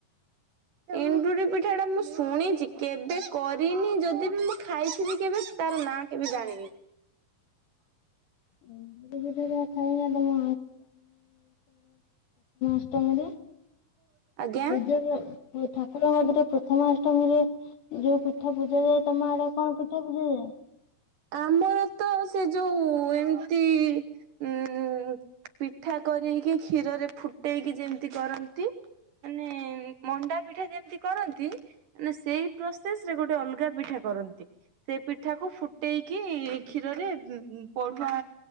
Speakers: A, on the left; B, on the right.
A: <unintelligible>
B: କ ନେଣ୍ଡୁରି। ପିଠା ପିଠାଟା ମୁଁ ଶୁଣିଛି କେବେ କରିନି ଯଦି ବି ମୁଁ ଖାଇଥିଲି କେବେ। ତାର ନାଁ କେବେ ଜାଣିବି।
A: <unintelligible> ପ୍ରଥମା ଅଷ୍ଟମୀରେ
B: ଆଜ୍ଞା।
A: ପୂଜା କର ଠାକୁରହିଁ ଫଏମଏମ୍ଏମ୍ ପ୍ରଥମା ଅଷ୍ଟମୀରେ ଯୋଉ ପିଠା ପୂଜା ଯାଏ ତମ ଆଡ କଣ ପିଠା ପୂଜା ଯାଏ।
B: ଆମର ତ ସେ ଯୋଉ ଏମତି ଉ ପିଠା କରକି କ୍ଷୀରରେ ଫୁଟେଇକି କରିକି ବୁଯେମିତି କରନ୍ତି। ମାନେ ମଣ୍ଡା ପିଠା ଯେମତି କରନ୍ତି ମାନେ ସେଇ ପ୍ରୋସେସ ରେ ଗୋଟେ ଗୋଟେ ଅଲଗା ପିଠା କରନ୍ତି। ସେ ପିଠାକୁ ଫୁଟେଇକି କ୍ଷୀରରେ ପଢୁଆ